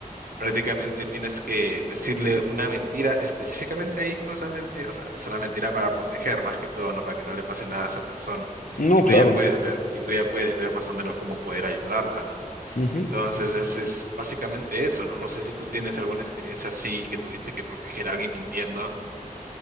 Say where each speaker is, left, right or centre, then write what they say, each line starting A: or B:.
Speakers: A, on the right; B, on the left.
A: Prácticamente tienes que decirle una mentira específicamente ahí, justamente. O sea, es una mentira para proteger más que todo, ¿no? Para que no le pase nada a esa persona.
B: No,
A: Y tú
B: claro.
A: ya puedes ver, y tú ya puedes ver más o menos cómo poder ayudarla, ¿no?
B: Ujú.
A: Entonces, es, es básicamente eso, ¿no? No sé si tú tienes alguna experiencia así que tuviste que proteger a alguien mintiendo.